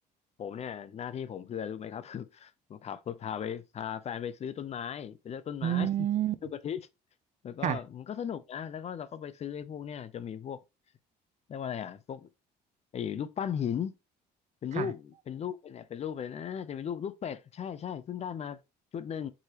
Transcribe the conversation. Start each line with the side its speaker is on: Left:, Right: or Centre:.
Left: ผมเนี่ยหน้าที่ผมคืออะไรรู้ไหมครับ <laughs> คือ <laughs> ขับรถพาไปพาแฟนไปซื้อต้นไม้ไปเลือกต้นไม้
Right: อื
Left: <laughs> ทุกอาทิตย์
Right: ม
Left: แล้วก็มันก็สนุกนะแล้วก็เราก็ไปซื้อไอ้พวกเนี่ยจะมีพวก
Right: ค่ะ
Left: เรียกว่าอะไรอ่ะพวกไอ้รูปปั้นหิน เป็นรูปเป็นรูปเนี่ยเป็นรูปเลยนะจะเป็นรูปรูปเป็ดใช่ใช่เพิ่งได้มาชุดหนึ่ง
Right: ค่ะ